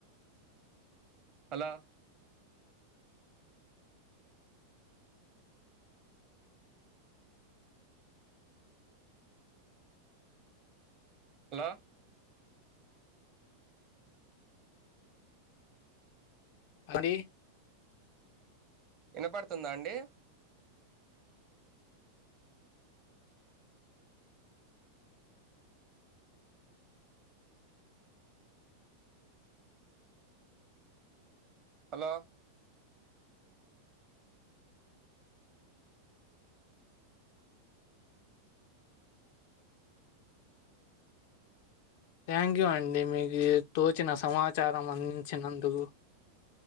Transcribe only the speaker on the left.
పని
థ్యాంక్ యూ అండి మీకు తోచిన సమాచారం అందించినందుకు